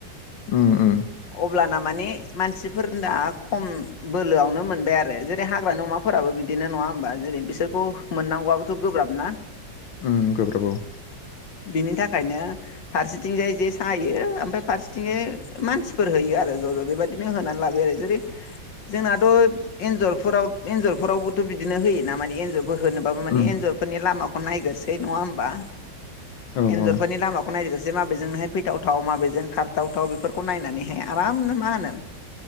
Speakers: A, on the left; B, on the left.
A: उम उम
B: अब्लाना माने मानसिफोर दा खम बोलोआवनो मोनबाय आरो जेरै हाग्रानि अमाफोराबो बिदिनो नङा नङा होमबा जेरै बिसोरखौ मोननांगौआबोथ' गोब्राब ना
A: अम गोब्राब औ
B: बिनि थाखायनो फारसेथिंजाय जे सायो ओमफाय फारसेथिंजाय मानसिफोर होयो आरो ज' ज' बेबादिनो होनानै लाबो आरो जेरै जोंनाथ' एन्जरफोराव एन्जरफोरावबोथ' बिदिनो होयो ना माने एन्जरफोर होनोबाबो माने
A: उम
B: एन्जरफोरनि लामाखौ नायग्रोसै नङा होमबा
A: औ
B: एन्जरफोरनि
A: औ
B: लामाखौ नायग्रो जे माबेजोंहाय फैथावथाव, माबेजों खारथावथाव बेफोरखौ नायनानैहाय आरामनो मा होनो